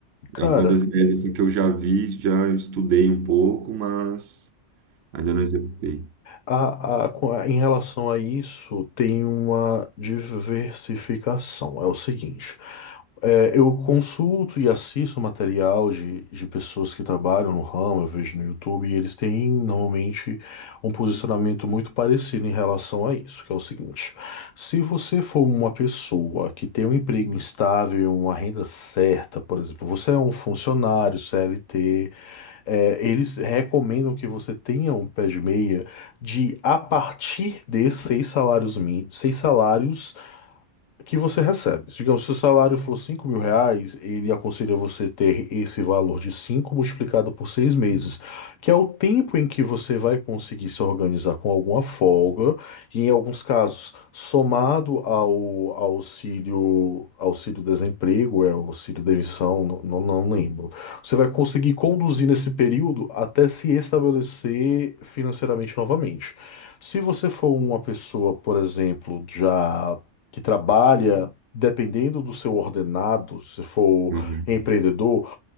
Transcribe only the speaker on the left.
Cara,
A, a- com a- em relação a isso, tem uma diversificação. É o seguinte, é, eu consulto e assisto material de, de pessoas que trabalham no ramo, eu vejo no YouTube, e eles têm normalmente um posicionamento muito parecido em relação a isso, que é o seguinte: se você for uma pessoa que tem um emprego instável, uma renda certa, por exemplo, você é um funcionário CLT. É, eles recomendam que você tenha um pé de meia de a partir de seis salários mínimos, seis salários que você recebe. Digamos, se o salário for cinco mil reais, ele aconselha você ter esse valor de 5 multiplicado por seis meses, que é o tempo em que você vai conseguir se organizar com alguma folga, e em alguns casos, somado ao auxílio, auxílio desemprego, é auxílio demissão, não, não não lembro. Você vai conseguir conduzir nesse período até se estabelecer financeiramente novamente. Se você for uma pessoa, por exemplo, já que trabalha, dependendo do seu ordenado, se for
empreendedor,